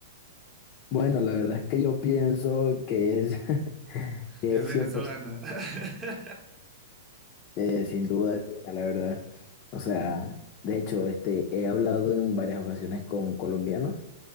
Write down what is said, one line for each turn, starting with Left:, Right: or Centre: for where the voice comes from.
Left: Bueno, la verdad es que yo pienso que es, <laughs> que
Right: Es
Left: es
Right: venezolana.
Left: 100%.
Right: <laughs>
Left: Eh, sin duda alguna, la verdad. O sea, de hecho, este, he hablado en varias ocasiones con colombianos